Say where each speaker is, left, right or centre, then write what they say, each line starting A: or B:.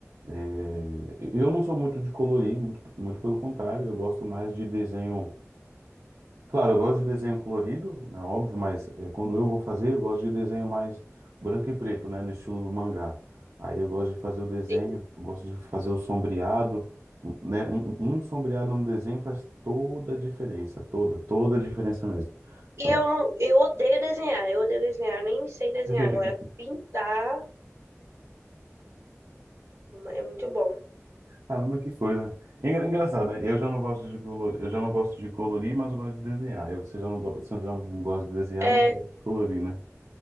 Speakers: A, on the right; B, on the right.
A: É, eu não sou muito de colorir, muito, muito pelo contrário, eu gosto mais de desenho. Claro, eu gosto de desenho colorido, né, óbvio, mas eh, quando eu vou fazer, eu gosto de desenho mais branco e preto, né, no estilo do mangá. Aí eu gosto de fazer o desenho,
B: Sim.
A: eu gosto de fazer o sombreado, né, um, um sombreado no desenho faz toda a diferença, toda, toda a diferença mesmo.
B: E
A: Então,
B: eu não, eu odeio desenhar, eu odeio desenhar, eu nem sei desenhar
A: <laughs>
B: agora, pintar é muito bom.
A: Caramba, que coisa. Engra- Engraçado, né? Eu já não gosto de colorir, eu já não gosto de colorir, mas eu gosto de desenhar. E você já não, go... você já não gosta de desenhar,
B: É,
A: mas gosta de colorir, né?